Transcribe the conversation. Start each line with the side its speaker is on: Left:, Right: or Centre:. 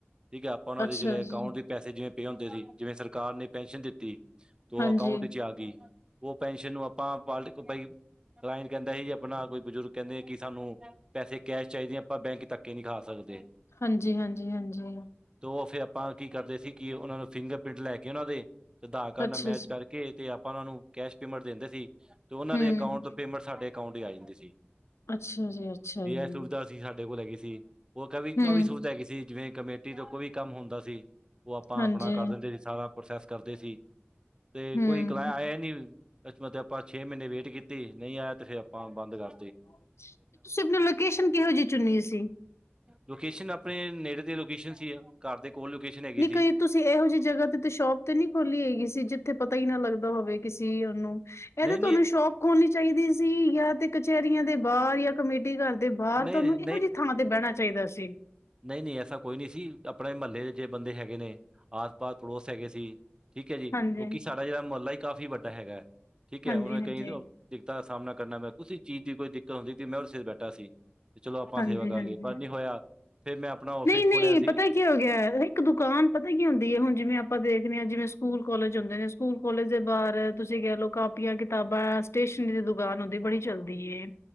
Right: ਠੀਕ ਹੈ, ਆਪਾਂ ਉਹਨਾਂ
Left: ਅੱਛਾ
Right: ਦੇ ਜਿਹੜੇ ਅਕਾਊਂਟ
Left: ਜੀ,
Right: ਦੇ ਪੈਸੇ ਜਿਵੇਂ ਪਏ ਹੁੰਦੇ ਸੀ, ਜਿਵੇਂ ਸਰਕਾਰ ਨੇ ਪੈਨਸ਼ਨ ਦਿੱਤੀ ਤੇ ਉਹ
Left: ਹਾਂਜੀ,
Right: ਅਕਾਊਂਟ ਚ ਆ ਗਈ, ਉਹ ਪੈਨਸ਼ਨ ਨੂੰ <unintelligible> ਕਲਾਇੰਟ ਕਹਿੰਦਾ ਸੀ, ਆਪਣਾ ਕੋਈ ਬਜ਼ੁਰਗ ਕਹਿੰਦੇ ਕਿ ਸਾਨੂੰ ਪੈਸੇ ਕੈਸ਼ ਚਾਹੀਦੇ ਆ, ਆਪਾਂ ਬੈਂਕ ਚ ਧੱਕੇ ਨੀ ਖਾ ਸਕਦੇ।
Left: ਹਾਂਜੀ-ਹਾਂਜੀ, ਹਾਂਜੀ।
Right: ਤੋ ਓ ਫੇਰ ਆਪਾਂ ਕੀ ਕਰਦੇ ਸੀ, ਕੀ ਉਨਾਂ ਨੂੰ ਫਿੰਗਰਪਿੰਟ ਲੈ ਕੇ, ਉਨਾਂ ਦੇ ਆਧਾਰ ਕਾਰਡ
Left: ਅੱਛਾ
Right: ਨਾਲ ਮੈਚ
Left: ਜੀ,
Right: ਕਰ ਕੇ ਤੇ ਆਪਾਂ ਉਨਾਂ ਨੂੰ ਕੈਸ਼ ਪੇਮੈਂਟ ਦਿੰਦੇ ਸੀ, ਤੇ ਉਨਾਂ
Left: ਹੂੰ,
Right: ਦੇ ਅਕਾਊਂਟ ਤੋਂ ਪੇਮੈਂਟ ਸਾਡੇ ਅਕਾਊਂਟ ਚ ਆ ਜਾਂਦੀ ਸੀ।
Left: ਅੱਛਾ ਜੀ -ਅੱਛਾ
Right: ਤੇ
Left: ਜੀ।
Right: ਇਹ ਸੁਵਿਧਾ ਸਾਡੇ ਕੋਲ ਹੈਗੀ ਸੀ, ਉਹ ਇੱਕ
Left: ਹੂੰ,
Right: ਆ ਵੀ ਸੁਵਿਧਾ ਹੈਗੀ ਸੀ, ਜਿਵੇਂ ਕਮੇਟੀ ਤੋਂ ਕੋਈ ਕੰਮ ਹੁੰਦਾ ਸੀ। ਓ ਆਪਾਂ
Left: ਹਾਂਜੀ,
Right: ਆਪਣਾ ਕਰ ਦਿੰਦੇ ਸੀ, ਸਾਰਾ ਪ੍ਰੋਸੈਸ ਕਰਦੇ ਸੀ, ਤੇ
Left: ਹੂੰ,
Right: ਕੋਈ ਕਲੈ ਆਇਆ ਨੀ। ਇਸ ਵਾਸਤੇ ਆਪਾਂ ਛੇ ਮਹੀਨੇ ਵੇਟ ਕੀਤੀ, ਨਈ ਆਇਆ ਤਾਂ ਫਿਰ ਆਪਾਂ ਬੰਦ ਕਰ
Left: ਤੁਸੀਂ, ਆਪਣੀ ਲੋਕੇਸ਼ਨ ਕਿਹੋ ਜਿਹੀ ਚੁਣੀ ਸੀ?
Right: ਲੋਕੇਸ਼ਨ ਆਪਣੇ ਨੇੜੇ ਤੇ ਲੋਕੇਸ਼ਨ ਸੀ, ਘਰ ਦੇ ਕੋਲ ਲੋਕੇਸ਼ਨ ਹੈਗੀ
Left: ਨਹੀਂ
Right: ਸੀ।
Left: ਕਈ ਤੁਸੀਂ ਇਹੋ ਜਿਹੀ ਜਗ੍ਹਾ ਤੇ, ਤੇ ਸ਼ੋਪ ਤੇ ਨੀ ਖੋਲੀ ਹੈਗੀ ਸੀ, ਜਿੱਥੇ ਪਤਾ ਹੀ ਨਾ ਲੱਗਦਾ ਹੋਵੇ ਕਿਸੀ ਉਹਨੂੰ ਏ
Right: ਨਹੀਂ
Left: ਤਾਂ, ਤੁਹਾਨੂੰ
Right: ਨਹੀਂ
Left: ਸ਼ੋਪ ਖੋਲਣੀ ਚਾਹੀਦੀ ਸੀ ਯਾਂ ਤੇ ਕਚਹਿਰੀਆਂ ਦੇ ਬਾਹਰ, ਜਾਂ ਕਮੇਟੀ ਘਰ ਦੇ ਬਾਹਰ,
Right: ਨਹੀਂ
Left: ਤੁਹਾਨੂੰ ਇਹੋ ਜਿਹੀ ਜੀ ਥਾਂ ਤੇ ਬਹਿਣਾ ਚਾਹੀਦਾ ਸੀ।
Right: ਨੀ-ਨੀ, ਐਸਾ ਕੋਈ ਨੀ ਸੀ, ਆਪਣੇ ਮੁਹੱਲੇ ਦੇ ਜੇ ਬੰਦੇ ਹੈਗੇ ਨੇ ਆਸ-ਪਾਸ ਪੜੋਸ ਹੈਗੇ ਸੀ। ਠੀਕ ਐ ਜੀ, ਕਿਉਂਕਿ
Left: ਹਾਂਜੀ
Right: ਸਾਡਾ ਜਿਹੜਾ ਮੁਹੱਲਾ ਹੀ ਕਾਫ਼ੀ ਵੱਡਾ ਹੈਗਾ, ਠੀਕ
Left: ਹਾਂਜੀ
Right: ਐ
Left: ਹਾਂਜੀ
Right: ਦਿੱਕਤਾਂ ਦਾ ਸਾਮਣਾ ਕਰਨਾ ਪਿਆ, ਕਿਸੀੇ ਚੀਜ਼ ਦੀ ਕੋਈ ਦਿੱਕਤ ਹੁੰਦੀ ਤੀ ਮੈਂ <unintelligible> ਬੈਠਾ ਸੀ। ਬਈ ਚਲੋ ਆਪਾਂ
Left: ਹਾਂਜੀ
Right: ਸੇਵਾ ਕਰ
Left: ਹਾਂਜੀ
Right: ਲਈਏ, ਪਰ ਨੀ ਹੋਇਆ, ਫੇਰ ਮੈਂ ਆਪਣਾ, ਆਫਿਸ
Left: ਨਹੀਂ-ਨਹੀਂ
Right: ਖੋਲਿਆ ਸੀ।
Left: ਪਤਾ ਕੀ ਹੋ ਗਿਆ, ਇੱਕ ਦੁਕਾਨ ਪਤਾ ਕੀ ਹੁੰਦੀ ਐ, ਹੁਣ ਜਿਵੇਂ ਆਪਾਂ ਦੇਖਨੇ ਆ, ਜਿਵੇਂ ਸਕੂਲ ਕਾਲਜ ਹੁੰਦੇ ਨੇ ਸਕੂਲ ਕਾਲਜ ਦੇ ਬਾਹਰ, ਤੁਸੀਂ ਕਹਿ ਲਉ ਕਾਪੀਆਂ-ਕਿਤਾਬਾਂ ਸਟੇਸ਼ਨਰੀ ਦੀ ਦੁਕਾਨ ਹੁੰਦੀ, ਬੜੀ ਚਲਦੀ ਏ।